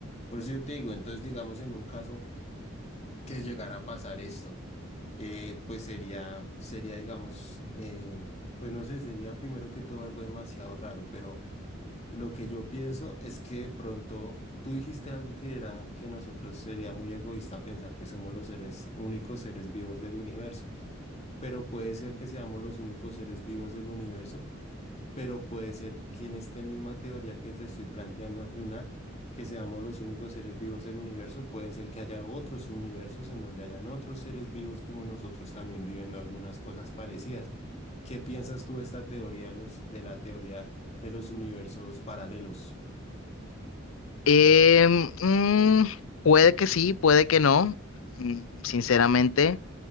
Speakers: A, on the left; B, on the left.
A: Por eso yo te digo, entonces digamos en un caso que llegara a pasar esto eh, pues sería, sería, digamos, eh, pues no sé, sería primero que todo algo demasiado raro, pero lo que yo pienso es que de pronto tú dijiste algo que era que nosotros sería muy egoísta pensar que somos los seres, únicos seres vivos del universo, pero puede ser que seamos los únicos seres vivos del universo pero puede ser que en esta misma teoría que te estoy planteando al final, que seamos los únicos seres vivos del universo, pueden ser que haya otros universos en donde hayan otros seres vivos como nosotros también viviendo algunas cosas parecidas. ¿Qué piensas tú de esta teoría de los, de la teoría de los universos paralelos?
B: Em, mm, puede que sí, puede que no. Mm, Sinceramente,